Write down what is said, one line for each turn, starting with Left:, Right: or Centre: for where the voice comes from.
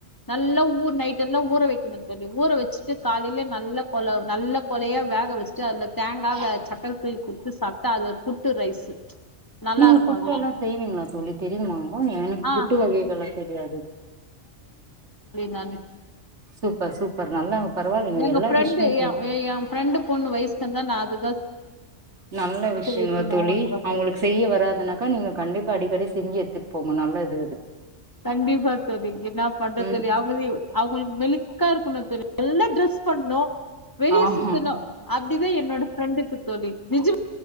Left: நல்லா ஊறு நைட்டெல்லா ஊற வெக்கணு தோழி ஊற வெச்சுட்டு காலைல நல்லா கொல நல்ல கொலையா வேக வெச்சுட்டு அதுல தேங்கா வே சக்கர குட்டு சாப்ட்டா அது ஒரு புட்டு ரைஸு நல்லா
Right: நீங்க
Left: இருக்கு
Right: புட்டு
Left: அது
Right: எல்லா செய்விங்ளா தோழி தெரியுமாங்கோ எனக்கு
Left: ஆ
Right: புட்டு வகைகள்லா தெரியாது
Left: நாலு
Right: சூப்பர் சூப்பர் நல்லா பரவாயில்லைங்க
Left: எங்க
Right: எல்லா
Left: ஃப்ரெண்டு
Right: டிஷ்ஷுமே
Left: ஏ
Right: செஞ்
Left: ஏ ஃப்ரெண்டு பொண்ணு வைஸ் வந்தா நா அது
Right: நல்ல விஷயங்க
Left: வைக்கணும்ன்றே
Right: தோழி அவங்களுக்கு செய்ய வராதுனாக்கா நீங்க கண்டிப்பா அடிக்கடி செஞ்சு எடுத்துட் போங்க நல்ல இது அது
Left: கண்டிப்பா தோழி நா பண்ற
Right: ம்
Left: தோழி அவுங்களையு அவுங்களுக் மெழுக்கா இருக்குனு தோழி நல்லா ட்ரெஸ் பண்ணோ வெளிய
Right: ஆமா
Left: சுத்தணு அப்டிதா என்னோட ஃபிரெண்டுக்கு தோழி விஜி